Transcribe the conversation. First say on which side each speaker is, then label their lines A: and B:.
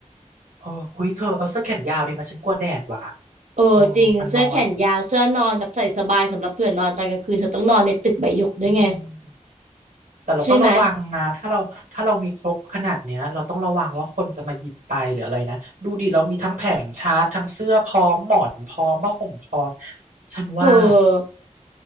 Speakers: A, on the right; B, on the right.
A: เออคุยเธอเอาเสื้อแขนยาวดีมาฉันกลัวแดดว่ะ
B: เออจริงเสื้อแขนยาวเสื้อนอนแบบใส่สบายสำหรับเผื่อนอนตอนกลางคืนเธอต้องนอนในตึกใบหยกด้วยไง
A: โอ้มันร้อนอืมแต่เราต้องระวังนะถ้าเราถ้าเรามีครบขนาดเนี้ยเราต้องระวังว่าคนจะมาหยิบไปหรืออะไรนะดูดิเรามีทั้งแผงชาร์จทั้งเสื้อพร้อมหมอนพร้อมผ้าห่มพร้อม
B: ใช่ไหม
A: ฉันว่า
B: เออ